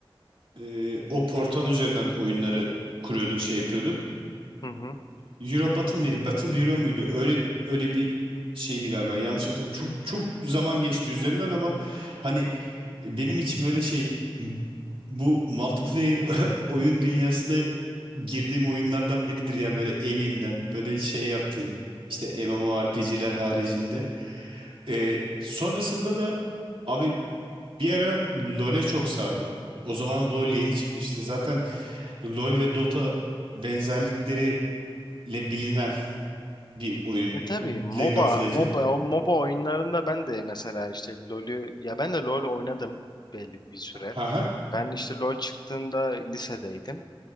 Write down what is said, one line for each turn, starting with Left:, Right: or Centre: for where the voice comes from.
Right: E, o portal üzerinden oyunları kuruyorduk, şey yapıyorduk.
Left: Hı hı.
Right: Euro Battle mıydı? Battle Euro muydu? Öyle öyle bir şeydi galiba. Yanlış hatırlamıyorum. Çok çok zaman geçti üzerinden ama hani benim için böyle şey bu multiplayer <laughs> oyun dünyasına girdiğim oyunlardan biridir yani böyle evinden böyle şey yaptın işte MMORPG'ler haricinde Ee, sonrasında da abi bir ara LoL'e çok sardım o zaman LoL yeni çıkmıştı zaten LoL ve Dota benzerlikleriyle bilinen bir oyun
Left: Ve tabii MOBA,
Right: League of Legends.
Left: MOBA, o MOBA oyunlarında ben de mesela işte LoL'ü, ya ben de LoL oynadım belli bir süre.
Right: Haha.
Left: Ben işte LoL çıktığında lisedeydim.